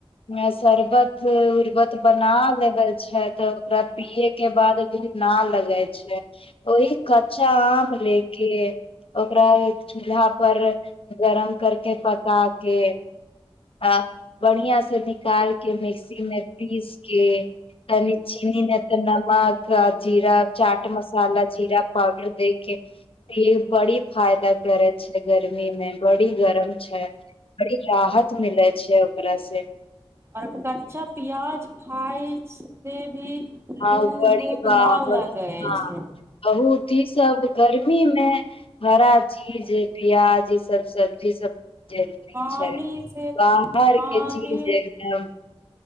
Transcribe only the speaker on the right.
हँ
और कच्चा प्याज खाइ सेे भी लू
लूक
ना लगे
छै
पानी
से
पानी